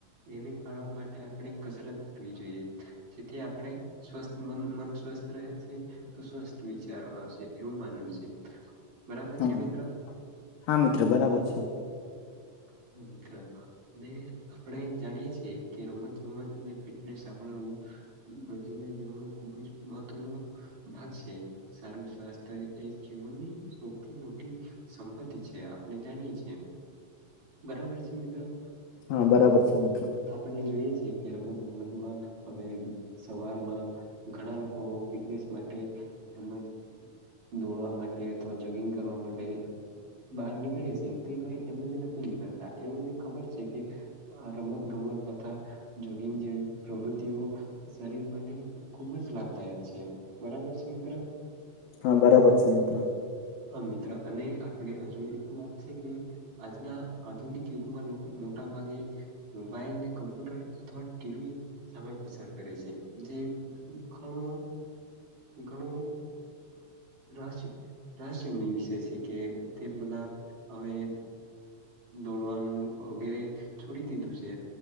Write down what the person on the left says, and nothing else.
હા
હા મિત્ર બરાબર છે.
હા બરાબર છે મિત્ર.
હા બરાબર છે મિત્ર.